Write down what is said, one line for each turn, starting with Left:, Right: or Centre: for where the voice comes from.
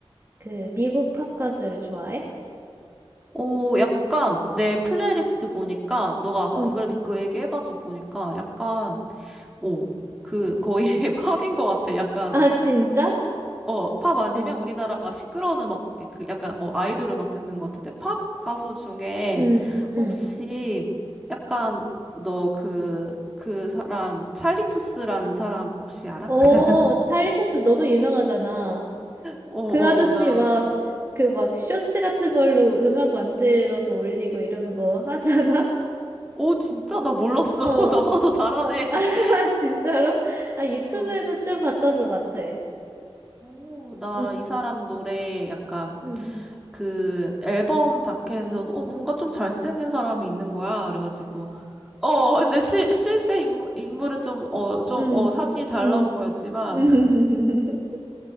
Right: 그 미국 팝 가수를 좋아해?
Centre: 오, 약간 내 플레이리스트 보니까 너가 아까
Right: 응.
Centre: 안 그래도 그 얘기 해가지고 보니까 약간 오, 그 거의 <laughs> 팝인 것 같아. 약간
Right: 아 진짜?
Centre: 어, 팝 아니면
Right: 어.
Centre: 우리나라 막 시끄러운 음악 그 약간 어, 아이돌 음악 듣는 것 같은데 팝 가수 중에
Right: 응. 응.
Centre: 혹시 약간 너 그 그 사람 찰리 푸스라는 사람 혹시 알아?
Right: 어,
Centre: <laughs>
Right: 찰리 푸스 너무 유명하잖아.
Centre: 어, 어,
Right: 그 아저씨
Centre: 나.
Right: 막, 그 막 쇼츠 같은 걸로 음악 만들어서 올리고 이러는 거 하잖아?
Centre: 오, 진짜 나 몰랐어.
Right: <laughs> 어. 어.
Centre: <laughs> 나보다 더 잘하네.
Right: 아,
Centre: <laughs>
Right: <laughs> 진짜로? 아, 유튜브에서
Centre: 어.
Right: 좀 봤던 것 같아.
Centre: 오, 나
Right: 응,
Centre: 이 사람 노래 약간
Right: 응,
Centre: 그 앨범 자켓에서 어, 뭔가 좀 잘생긴 사람이 있는 거야. 그래가지고 어 근데 시, 실제 인물, 인물은 좀 어 좀
Right: 응,
Centre: 어 사진이 잘
Right: 응,
Centre: 나온 거였지만
Right: 응. <laughs>
Centre: <laughs>